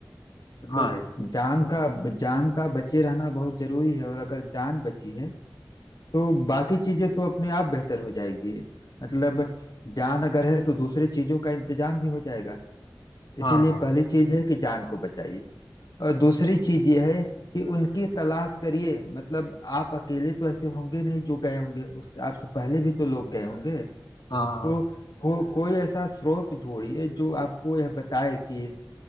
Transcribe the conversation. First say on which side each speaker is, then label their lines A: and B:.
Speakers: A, on the left; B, on the left.
A: मतलब
B: हाँ
A: जान का जान का बचे रहना बहुत जरूरी है और अगर जान बची है तो बाकी चीजें तो अपने आप बेहतर हो जाएगी मतलब जान अगर है तो दूसरी चीजों का इंतजाम भी हो जाएगा इसीलिए
B: हाँ
A: पहली चीज है कि जान को बचाइए और दूसरी चीज ये है कि उनकी तलाश करिए मतलब आप अकेले तो ऐसे होंगे नहीं जो गए होंगे उस आपसे पहले भी तो लोग गए होंगे
B: हाँ
A: तो को, कोई ऐसा स्रोत ढूंढिए जो आपको यह बताए कि